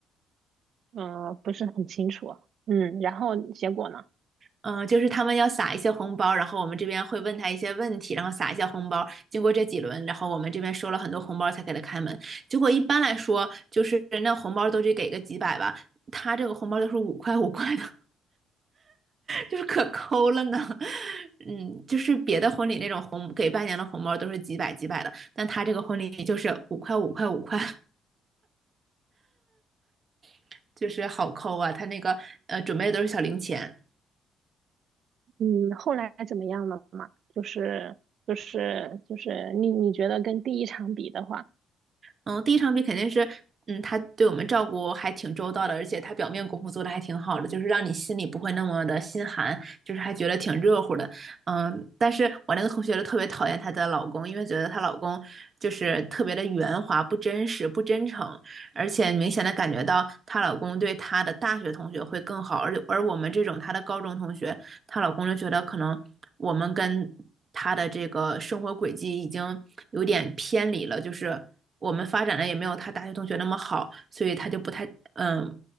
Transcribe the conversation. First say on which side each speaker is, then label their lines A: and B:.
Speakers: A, on the right; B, on the right.
A: 嗯、呃不是很清楚啊。嗯，然后结果呢？
B: 嗯、就是他们要撒一些红包，然后我们这边会问他一些问题，然后撒一些红包。经过这几轮，然后我们这边收了很多红包才给他开门。结果一般来说，就是那红包都得给个几百吧，他这个红包都是五块五块的。就是可抠了呢。嗯，就是别的婚礼那种红给伴娘的红包都是几百几百的，但他这个婚礼就是五块五块五块，<laughs> 就是好抠啊。他那个呃准备的都是小零钱。
A: 嗯，后来怎么样了嘛？就是就是就是你你觉得跟第一场比的话，
B: 嗯，第一场比肯定是。嗯，他对我们照顾还挺周到的，而且他表面功夫做的还挺好的，就是让你心里不会那么的心寒，就是还觉得挺热乎的。嗯，但是我那个同学就特别讨厌她的老公，因为觉得她老公就是特别的圆滑、不真实、不真诚。而且明显的感觉到她老公对她的大学同学会更好，而而我们这种她的高中同学，她老公就觉得可能我们跟她的这个生活轨迹已经有点偏离了，就是我们发展的也没有她大学同学那么好，所以她就不太嗯